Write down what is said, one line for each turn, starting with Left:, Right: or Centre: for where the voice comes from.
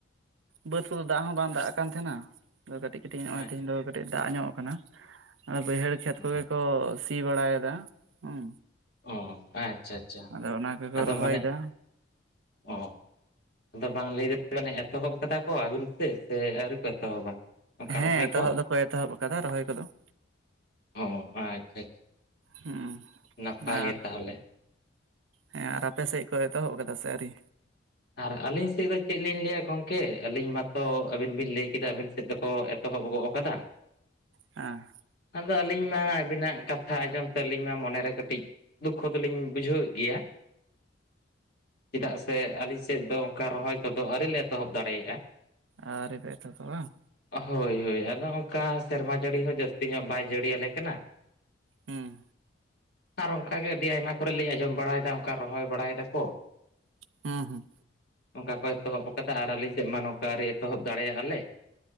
Right: ᱵᱟᱹᱫᱽ ᱠᱚᱫᱚ ᱫᱟᱜ ᱦᱚᱸ ᱵᱟᱝ ᱫᱟᱜ ᱠᱟᱱ ᱛᱟᱦᱮᱱᱟ ᱠᱟᱹᱴᱤᱡ ᱠᱟᱹᱴᱤᱡ ᱱᱚᱜᱼᱚᱭ
Left: ᱟᱪᱪᱷᱟ
Right: ᱛᱮᱦᱤᱧ ᱫᱚ ᱠᱟᱹᱴᱤᱡ ᱫᱟᱜ ᱧᱚᱜ ᱠᱟᱱᱟ ᱵᱟᱹᱭᱦᱟᱹᱲ
Left: ᱟᱪᱪᱷᱟ
Right: ᱠᱷᱮᱛ ᱠᱚᱜᱮ ᱠᱚ ᱥᱤ ᱵᱟᱲᱟᱭᱮᱫᱟ ᱦᱮᱸ
Left: ᱚ ᱟᱪᱪᱷᱟ ᱟᱪᱪᱷᱟ
Right: ᱟᱫᱚ ᱚᱱᱟ ᱠᱚᱠᱚ
Left: ᱟᱫᱚ
Right: ᱨᱚᱦᱚᱭᱮᱫᱟ
Left: ᱢᱟᱱᱮ ᱚ ᱟᱫᱚ ᱵᱟᱝ ᱞᱟᱹᱭ ᱠᱟᱛᱮ ᱢᱟᱱᱮ ᱮᱛᱚᱦᱚᱵ ᱠᱟᱴᱟ ᱠᱚᱵᱤᱱ ᱥᱮ ᱥᱮ ᱟᱹᱣᱥᱤ ᱠᱚ ᱮᱛᱚᱦᱚᱵᱟ ᱚᱱᱠᱟ ᱨᱚᱦᱚᱭ
Right: ᱦᱮᱸ ᱮᱛᱚᱦᱚᱵ
Left: ᱠᱚ
Right: ᱫᱚᱠᱚ ᱮᱛᱚᱦᱚᱵ ᱟᱠᱟᱫᱟ ᱨᱚᱦᱚᱭ ᱠᱚᱫᱚ
Left: ᱚ ᱟᱪᱷᱟ ᱟᱪᱷᱟ
Right: ᱦᱩᱸ
Left: ᱱᱟᱯᱟᱭ
Right: ᱟᱨ
Left: ᱜᱮ ᱛᱟᱦᱚᱞᱮ
Right: ᱦᱮᱸ ᱟᱨ ᱟᱯᱮ ᱥᱮᱫ ᱠᱚ ᱮᱛᱚᱦᱚᱵ ᱠᱟᱫᱟ ᱥᱮ ᱟᱹᱣᱨᱤ
Left: ᱟᱨ ᱟᱹᱞᱤᱧ ᱥᱮᱫ ᱫᱚ ᱪᱮᱫ ᱞᱤᱧ ᱞᱟᱹᱭᱟ ᱜᱚᱢᱠᱮ ᱟᱹᱞᱤᱧ ᱢᱟᱛᱚ ᱟᱹᱵᱤᱱ ᱵᱤᱱ ᱞᱟᱹᱭ ᱠᱮᱫᱟ ᱟᱹᱵᱤᱱ ᱥᱮᱫ ᱫᱚᱠᱚ ᱮᱛᱚᱦᱚᱵ ᱜᱚᱜ ᱟᱠᱟᱫᱟ
Right: ᱦᱮᱸ
Left: ᱟᱫᱚ ᱟᱹᱞᱤᱧ ᱢᱟ ᱟᱹᱵᱤᱱᱟᱜ ᱠᱟᱛᱷᱟ ᱟᱸᱡᱚᱢ ᱛᱮ ᱟᱹᱞᱤᱧ ᱢᱟ ᱢᱚᱱᱮᱨᱮ ᱠᱟᱹᱴᱤᱡ ᱫᱩᱠᱷᱚ ᱫᱚᱞᱤᱧ ᱵᱩᱡᱷᱟᱹᱣᱮᱫ ᱜᱮᱭᱟ ᱪᱮᱫᱟᱜ ᱥᱮ ᱟᱹᱞᱤᱧ ᱥᱮᱫ ᱫᱚ ᱚᱱᱠᱟ ᱨᱚᱦᱚᱭ ᱠᱚᱫᱚ ᱟᱹᱣᱨᱤ ᱞᱮ ᱮᱛᱚᱦᱚᱵ ᱫᱟᱲᱮᱭᱟᱜᱼᱟ
Right: ᱟᱹᱣᱨᱤ ᱯᱮ ᱮᱛᱚᱦᱚᱵᱼᱟ ᱵᱟᱝ
Left: ᱦᱳᱭ ᱦᱳᱭ ᱟᱫᱚ ᱚᱱᱠᱟ ᱥᱮᱨᱢᱟ ᱡᱟᱹᱲᱤ ᱦᱚᱸ ᱡᱟᱹᱥᱛᱤ ᱧᱚᱜ ᱵᱟᱭ ᱡᱟᱹᱲᱤ ᱟᱞᱮ ᱠᱟᱱᱟ
Right: ᱦᱮᱸ
Left: ᱟᱨ ᱚᱱᱠᱟᱜᱮ ᱟᱹᱰᱤ ᱟᱭᱢᱟ ᱠᱚᱨᱮ ᱞᱤᱧ ᱟᱸᱡᱚᱢ ᱵᱟᱲᱟᱭᱮᱫᱟ ᱚᱱᱠᱟ ᱨᱚᱦᱚᱭ ᱵᱟᱲᱟᱭᱮᱫᱟᱠᱚ
Right: ᱦᱮᱸ ᱦᱮᱸ
Left: ᱱᱚᱝᱠᱟ ᱠᱚ ᱮᱛᱚᱦᱚᱵ ᱠᱟᱫᱟ ᱟᱨ ᱟᱹᱞᱤᱧ ᱥᱮᱫ ᱢᱟ ᱱᱚᱝᱠᱟ ᱟᱹᱨᱤ ᱮᱛᱚᱦᱚᱵ ᱫᱟᱲᱮᱭᱟᱜᱼᱟ ᱞᱮ